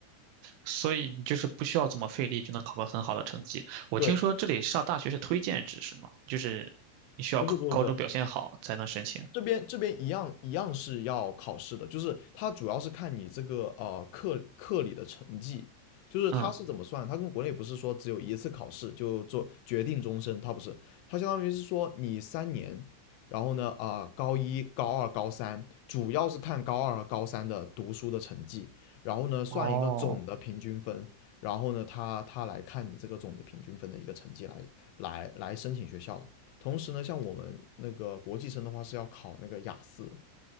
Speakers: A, on the right; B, on the left.
A: 所以你就是不需要怎么费力就能考个很好的成绩。我听说这里上大学是推荐制是吗？
B: 对，
A: 就是你需要高高中表现好才能申请。
B: 不是不是不是，这边这边一样一样是要考试的，就是它主要是看你这个呃课课里的成绩，就是它是怎么算，
A: 嗯，
B: 它跟国内不是说只有一次考试就做决定终身，它不是，它相当于是说你三年，然后呢啊、呃高一、高二、高三，主要是看高二和高三的读书的成绩，然后呢算一个总的平均分，
A: 哦
B: 然后呢它它来看你这个总的平均分的一个成绩来来来申请学校的。同时呢，像我们那个国际生的话是要考那个雅思，